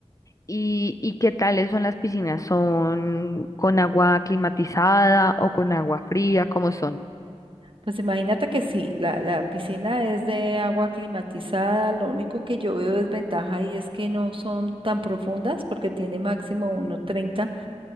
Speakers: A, on the left (about 30°); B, on the right (about 50°).
A: ¿Y, y qué tales son las piscinas? ¿Son con agua climatizada o con agua fría? ¿Cómo son?
B: Pues imagínate que sí, la, la piscina es de agua climatizada, lo único que yo veo desventaja ahí es que no son tan profundas porque tiene máximo uno treinta.